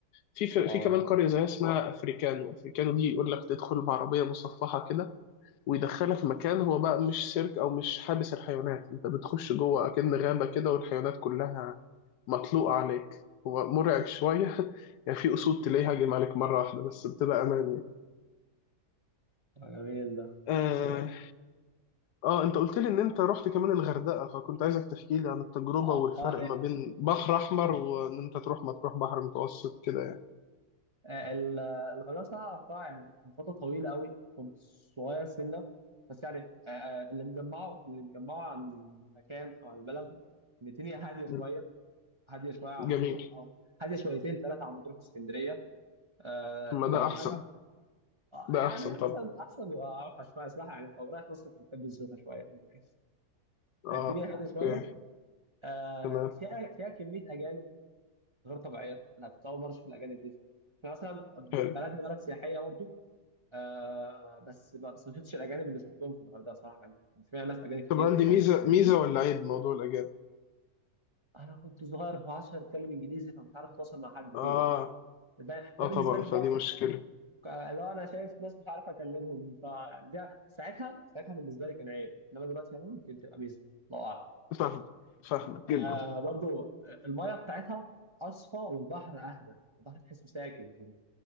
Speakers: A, on the left; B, on the right.
A: في في
B: اه
A: في كمان قرية زيها اسمها أفريكانو أفريكانو دي يقول لك تدخل بعربية مصفحة كده ويدخلها في مكان هو بقى مش سيرك او مش حابس الحيوانات انت بتخش جوه اكن غابة كده والحيوانات كلها مطلوقة عليك هو مرعب شوية <laughs> يعني في اسود تلاقيها هاجم عليك مرة واحدة بس بتبقى امان يعني
B: آه، جميل ده
A: آه, اه انت قلت لي ان انت رحت كمان الغردقة فكنت عايزك تحكي لي عن التجربة
B: اه
A: والفرق
B: اه
A: ما
B: آه،
A: بين بحر احمر وان انت تروح ما تروح بحر متوسط كده يعني
B: آه، ال- الغلاسه قطاع يعني من فتره طويله قوي كنت صغير سنه بس يعني آه، آه، اللي مجمعه اللي مجمعه عن المكان او عن البلد ان الدنيا هاديه
A: مم.
B: شويه هاديه شويه عن مطروح
A: جميل
B: اه هاديه شويتين ثلاثه عن مطروح واسكندريه آه
A: طب ما
B: دي
A: ده
B: اول
A: احسن
B: حاجه آه
A: ده
B: يعني
A: احسن طبعا
B: احسن احسن واوحش ما صراحه يعني لو رايح مصر بتحب الزيطه شويه ممكن
A: اه
B: الدنيا هاديه شويه
A: اوكي
B: آه
A: تمام
B: فيها فيها كميه اجانب غير طبيعيه انا كنت اول مره اشوف الاجانب دي احنا مثلا
A: حلو
B: بلدنا بلد سياحيه برضو آه بس بس ما شفتش الاجانب اللي شفتهم في الغردقه صراحه كان كان فيها ناس اجانب كتير
A: طب هل دي ميزة ميزة ولا عيب موضوع الأجانب؟
B: انا كنت صغير في 10 اتكلم انجليزي فمش عارف اتواصل مع حد
A: اه
B: فيهم ف ده ده
A: اه
B: بالنسبه
A: طبعا
B: لي
A: فدي
B: لا
A: مشكلة
B: لو انا شايف ناس مش عارف اكلمهم فيعني ده ساعتها ساعتها بالنسبه لي كان عيب انما دلوقتي يعني ممكن تبقى ميزه الله اعلم
A: فاهمك فاهمك جدا
B: آه برضو الميه بتاعتها اصفى والبحر اهدى البحر تحسه ساكن كده